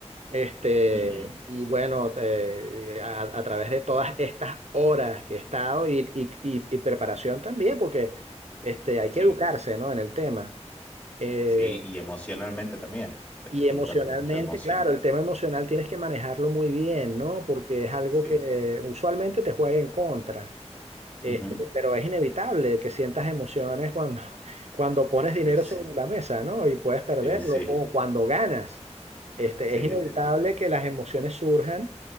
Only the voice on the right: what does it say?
Este,
y bueno, te- a, a través de todas estas horas que he estado y, y- y- y preparación también, porque este, hay
que educarse, ¿no? en el tema. Eh,
y
emocionalmente,
claro, el tema emocional tienes que manejarlo muy bien, ¿no? Porque es algo
que usualmente te juega en contra. Este,
pero es inevitable que sientas emociones cuando, <laughs> cuando pones dinero
sobre la mesa, ¿no? Y puedes perderlo,
o cuando ganas. Este,
es inevitable
que las emociones surjan.